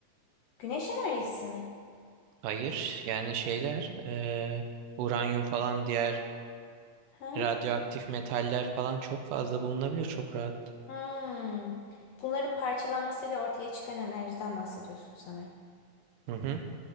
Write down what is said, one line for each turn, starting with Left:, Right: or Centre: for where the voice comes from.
Left: Güneş enerjisi mi?
Right: hayır yani şeyler eee, uranyum falan diğer
Left: Ha.
Right: radyoaktif metaller falan çok fazla bulunabilir çok rahat.
Left: Hmm. Bunların parçalanmasıyla ortaya çıkan enerjiden bahsediyorsun sanırım.
Right: Hı hı.